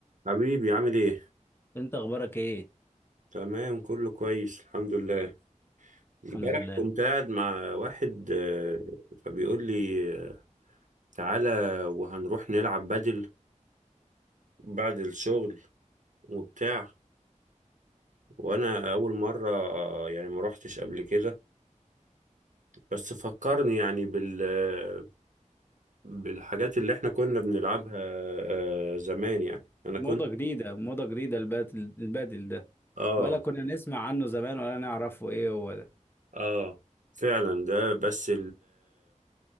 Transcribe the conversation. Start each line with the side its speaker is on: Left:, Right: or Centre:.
Right: حبيبي عامل ايه؟
Left: انت اخبارك ايه
Right: تمام كله كويس الحمد لله
Left: الحمد
Right: امبارح
Left: لله
Right: كنت قاعد مع واحد آه، فبيقول لي آه، تعالى وهنروح نلعب بدل بعد الشغل وبتاع وانا اول مرة آه، يعني ما روحتش قبل كده بس فكرني يعني بال آه، بالحاجات اللي احنا كنا بنلعبها آه، زمان يعني انا
Left: موضة
Right: كنت
Left: جديدة موضة جديدة البادل البادل ده
Right: اه
Left: ولا كنا نسمع عنه زمان ولا نعرفه ايه هو ده
Right: اه فعلا ده بس